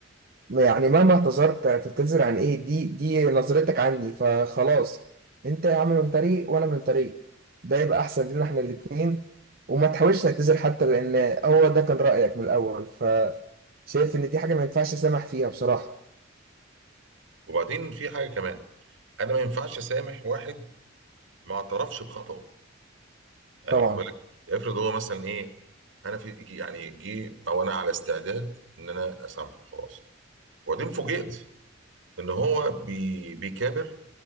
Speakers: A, on the right; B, on the right.
A: يعني مهما اعتذرت هتعتذر عن ايه دي دي نظرتك عني فخلاص انت يا عم من طريق وانا من طريق ده يبقى احسن لينا احنا الاتنين وما تحاولش تعتذر حتى لان هو ده كان رأيك من الاول ف شايف ان دي حاجة ما ينفعش اسامح فيها بصراحة
B: وبعدين في حاجة كمان أنا ما ينفعش أسامح واحد ما اعترفش بخطأه يعني
A: طبعا
B: واخد بالك افرض هو مثلا إيه أنا في جي- يعني جه أو أنا على استعداد إن أنا أسامحه خلاص وبعدين فوجئت إن هو بي بيكابر